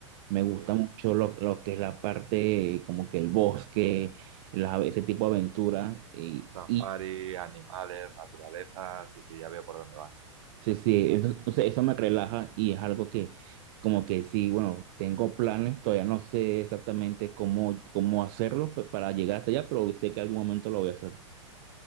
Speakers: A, on the right; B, on the right.
A: Me
B: Sí,
A: gusta mucho lo, lo que es la parte, eh, como que el bosque, la- ese tipo de aventura. Y,
B: safari,
A: y
B: animales, naturaleza, sí, sí, ya veo por dónde vas.
A: sí, sí, eso, o sea, eso me relaja y es algo que, como que sí, bueno, tengo planes, todavía no sé exactamente cómo, cómo hacerlo pe- para llegar hasta allá, pero sé que algún momento lo voy a hacer.